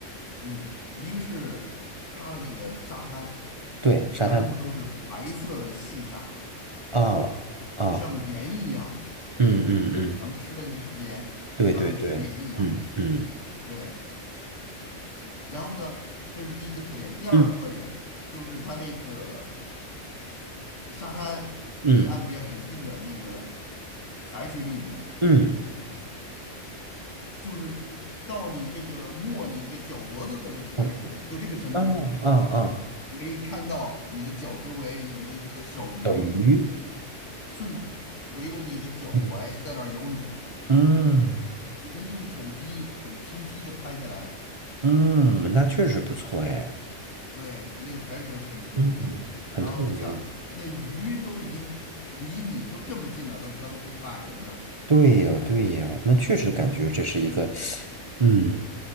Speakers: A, on the left; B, on the right.
A: 嗯，一个是它的那个沙滩，
B: 对，
A: 全部都是白色的细沙，
B: 沙滩。哦，哦，
A: 就像盐一样。
B: 嗯嗯嗯，
A: 咱们吃的这个食盐，
B: 对对对，
A: 就像那个食盐一样。
B: 嗯嗯
A: 对，然后呢，这是第一个特点。第二个特点就是它那个
B: 嗯
A: 沙沙滩离岸边很近的那个
B: 嗯
A: 海水里面，
B: 嗯，
A: 就是到你这个没你这个脚脖子的这个海水，
B: 嗯
A: 就这个深度，
B: 啊啊啊，
A: 可以看到你的脚周围有那些小鱼。
B: 小鱼。
A: 顺围着你的脚踝在那儿游泳，
B: 嗯嗯
A: 你可以用手机很清晰的拍下来，
B: 嗯，那确实不错哎，
A: 对，那个海水很透明，
B: 嗯，嗯，很透明。
A: 然后你想那鱼都已经离你都这么近了，都它都不怕人呢、
B: 对呀，对呀，那确实感觉这是一个，嗯，